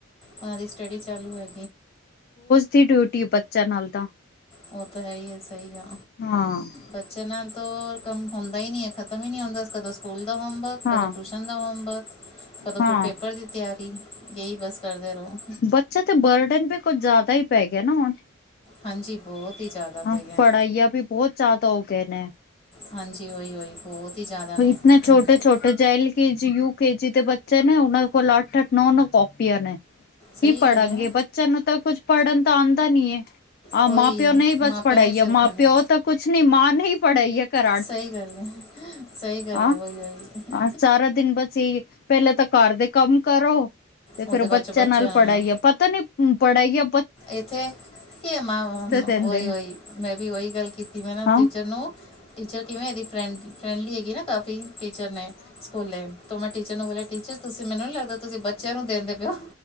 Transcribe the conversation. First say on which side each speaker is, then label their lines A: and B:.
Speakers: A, on the left; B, on the left.
A: ਉਨਾਂ ਦੀ ਸਟੱਡੀ ਚਾਲੂ ਹੋ।
B: ਕੀ ਡਿਊਟੀ ਬੱਚਾ ਨਾਲ ਤਾਂ
A: ਉਹ ਤਾਂ ਹੈ ਹੀ ਆ ਸਹੀ ਆ
B: ਹਾਂ
A: ਬੱਚਾ ਨਾਲ ਤੋ ਕੰਮ ਹੁੰ ਨਹੀਂ-ਨਹੀਂ ਇਹ ਖਤਮ ਈ ਨੀ ਹੁੰਦਾ ਕਦੋਂ ਸਕੂਲ ਦਾ ਹੋਮਵਰਕ,
B: ਹਾਂ
A: ਕਦੋਂ ਟੂਸ਼ਨ ਦਾ ਹੋਮਵਰਕ, ਕਦੋਂ
B: ਹਾਂ
A: ਫਿਰ ਪੇਪਰ ਦੀ ਤਿਆਰੀ ਇਹੀ ਬਸ ਕਰਦੇ ਰਹੋ
B: ਬੱਚਾ ਤੇ ਬਰਡਨ ਵੀ ਕੁੱਝ ਜ਼ਿਆਦਾ ਹੀ ਪੈ ਗਿਆ ਨਾ ਹੁਣ।
A: ਹਾਂਜੀ ਬਹੁਤ ਹੀ ਜ਼ਿਆਦਾ
B: ਹਾਂ
A: ਪੈ ਗਿਆ
B: ਪੜ੍ਹਾਈਆ ਵੀ ਬਹੁਤ ਜਿਆਦਾ ਹੋਗੇ ਨੇ।
A: ਹਾਂਜੀ ਉਹੀ ਉਹੀ ਬਹੁਤ ਹੀ ਜ਼ਿਆਦਾ ਨੇ
B: ਇਤਨੇ ਛੋਟੇ-ਛੋਟੇ
A: ਹੁਣ ਤਾਂ
B: L K G U K G ਦੇ ਬੱਚੇ ਨੇ ਉਹਨਾਂ ਦੇ ਕੋਲ ਅੱਠ-ਅੱਠ, ਨੌ-ਨੌ ਕਾਪੀਆਂ ਨੇ। ਕੀ
A: ਸਹੀ
B: ਪੜਾਂਗੇ
A: ਗੱਲ ਹੈ
B: ਬੱਚਿਆਂ ਨੂੰ ਤਾਂ ਕੁੱਝ ਪੜ੍ਹਨ ਦਾ ਆਦਾਂ ਨੀ ਏ। ਹਾਂ
A: ਉਹੀ
B: ਮਾਂ-ਪਿਓ ਨੇ ਹੀ ਬਸ
A: ਮਾਪਿਆਂ
B: ਪੜਾਈ
A: ਨੇ
B: ਆ
A: ਸਿਰ
B: ਮਾਂ
A: ਖਾਣੇ
B: ਪਿਓ ਤਾਂ ਕੁਛ ਨੀ ਮਾਂ ਨੇ ਈ ਪੜ੍ਹਾਈ ਆ ਘਰ।
A: ਸਹੀ ਗੱਲ ਹੈ ਸਹੀ ਗੱਲ
B: ਹਾਂ
A: ਹੈ ਵਹੀ-ਵਹੀ।
B: ਹਾਂ ਸਾਰਾ ਦਿਨ ਬਸ ਇਹੀ ਪਹਿਲੇ ਤਾਂ ਘਰ ਦੇ ਕੰਮ ਕਰੋ ਤੇ ਫੇਰ
A: ਉਹਦੇ ਬਾਅਦ
B: ਬੱਚਿਆਂ
A: 'ਚੋਂ
B: ਨਾਲ ਪੜ੍ਹਾਈਆ
A: ਨੂੰ
B: ਪਤਾ ਨੀ ਪੜ੍ਹਾਈਆ
A: ਇੱਥੇ ਕੀ ਮੈਂ ਉਹੀ-ਉਹੀ
B: ਦਿੰਦੇ ਨੇ
A: ਮੈਂ ਵੀ ਉਹੀ ਗੱਲ ਕੀਤੀ ਮੈਂ ਨਾ
B: ਹਾਂ
A: ਟੀਚਰ ਨੂੰ। ਟੀਚਰ ਕਿਵੇਂ ਇਹਦੀ ਫਰੈਂ ਫਰੈਂਡਲੀ ਹੈਗੀ ਨਾ ਕਾਫੀ। ਟੀਚਰ ਨੇ, ਸਕੂਲੇ ਤੋਂ ਮੈਂ ਟੀਚਰ ਨੂੰ ਬੋਲਿਆ ਟੀਚਰ ਤੁਸੀਂ ਮੈਨੂੰ ਨੀ ਲੱਗਦਾ ਤੁਸੀਂ ਬ ਬੱਚਿਆਂ ਨੂੰ ਦਿੰਦੇ ਪਏ ਓ